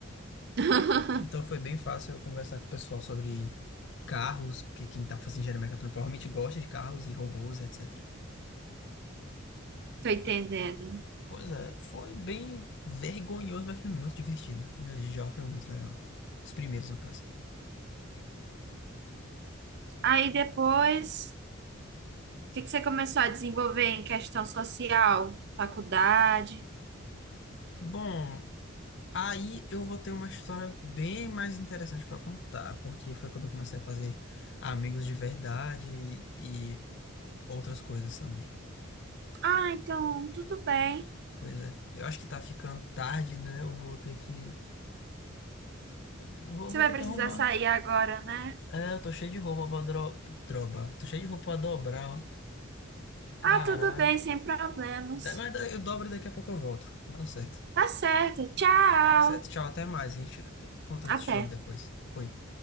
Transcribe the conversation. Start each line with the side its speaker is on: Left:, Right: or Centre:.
Right: <laughs>
Left: Então foi bem fácil eu conversar com o pessoal sobre carros, porque quem tá fazendo engenharia mecatrônica provavelmente gosta de carros e robôs, etc.
Right: tô entendendo.
Left: Foi, pois é, foi bem vergonhoso, mas foi muito divertido. O primeiro dia de aula foi muito legal. Os primeiros, no caso.
Right: Aí depois, o que que você começou a desenvolver em questão social, faculdade?
Left: Bom, Aí eu vou ter uma história bem mais interessante para contar, porque foi quando eu comecei a fazer amigos de verdade e, e outras coisas também.
Right: Ah, então, tudo bem.
Left: Pois é, eu acho que tá ficando tarde, né? Eu vou ter que vou,
Right: Você
Left: vou
Right: vai
Left: ter
Right: precisar
Left: que arrumar.
Right: sair agora, né?
Left: É, eu tô cheio de roupa pra dro... droba. Tô cheio de roupa pra dobrar, ó. Caraca.
Right: Ah, tudo bem, sem problemas.
Left: Da- Mas da- eu dobro e daqui a pouco eu volto. Tá certo.
Right: Tá certo, tchau.
Left: Tá certo. Tchau, até mais. A gente conta outra
Right: Até.
Left: história depois. Foi.